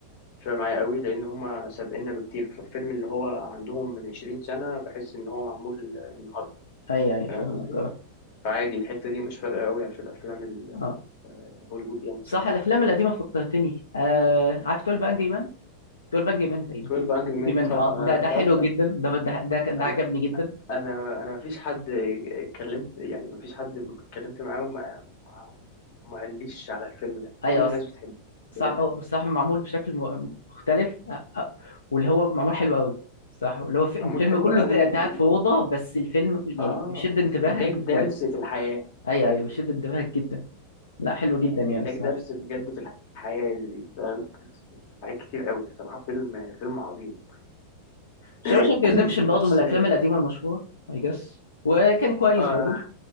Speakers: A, on the left; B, on the left.
A: مش فارقة معايا قوي لأن هما سابقنا بكتير فالفيلم اللي هو عندهم من 20 سنة بحس إن هو معمول النهاردة
B: ايوه ايوه أيوة،
A: فاهم
B: فاهمك
A: قصدي؟
B: اه
A: فعادي الحتة دي مش فارقة قوي عشان الأفلام
B: اه
A: الهوليوود يعني
B: صح
A: بشكل
B: الافلام
A: عام
B: القديمه فكرتني آه عارف 12 انجري جول فان جيمان تقريبا
A: 12 Angry
B: جيمان
A: Men <laughs> طبعا
B: اه
A: أنا
B: ده ده
A: أنت
B: حلو
A: عارف
B: جدا ده ده ده, ده
A: أنا
B: عجبني جدا
A: أنا أنا مفيش حد اتكلمت يعني مفيش حد اتكلمت معاه وما ما ما قاليش على الفيلم ده كل
B: ايوه اصلا
A: الناس بتحبه
B: صح
A: بجد
B: صح معمول بشكل م- مختلف آه، آه، واللي هو معمول حلو قوي صح اللي هو في-
A: معمول
B: الفيلم
A: حلو
B: كله
A: قوي
B: انت انت
A: و...
B: قاعد في اوضه بس الفيلم يعني
A: اه
B: بيشد انتباهك
A: اداك
B: جدا
A: درس في الحياة
B: ايوه ايوه بيشد انتباهك جدا لا حلو جدا
A: يعني
B: يعني
A: اداك
B: الصراحه
A: درس بجد في الحياة دي فاهم حاجات كتير قوي بصراحة فيلم فيلم عظيم
B: شاوشانك
A: <clears throat>
B: ريديمشن
A: بس
B: برضه من الافلام القديمه المشهوره اي جس وكان كويس
A: آه
B: برضه